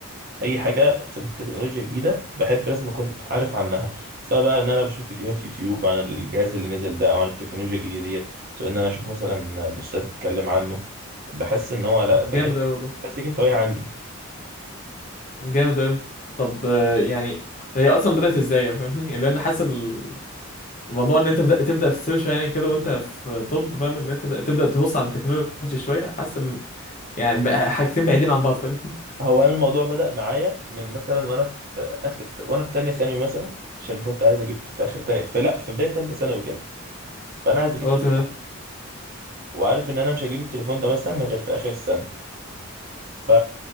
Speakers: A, on the right; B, on the left.
A: اي حاجة في التكنولوجيا جديدة بحب لازم اكون عارف عنها سواء بقى ان انا بشوف فيديوهات يوتيوب عن الجهاز اللي نزل ده او عن التكنولوجيا الجديدة ديت سواء ان انا اشوف مثلا بوستات تتكلم عنه بحس ان هو لا فده
B: جامد قوي والله
A: بس دي كانت هواية عندي
B: جامد قوي طب آه، يعني هي اصلا بدات ازاي فاهمني <laughs> لان حاسس إن الموضوع ان انت بدأت تبدا في السيرش يعني كده وانت في طب فاهم ان انت تبدا تبص على التكنولوجي شويه حاسس ان يعني بقى حاجتين بعيدين عن بعض فاهمني
A: هو انا الموضوع بدأ معايا من مثلا وانا في اخر وانا في تانية ثانوي مثلا عشان كنت عايز اجيب في اخر تانية فلا في بداية تالتة ثانوي كده فانا عايز اجيب
B: اه
A: تليفون
B: تمام
A: وعارف ان انا مش هجيب التليفون ده مثلا غير في اخر السنة ف...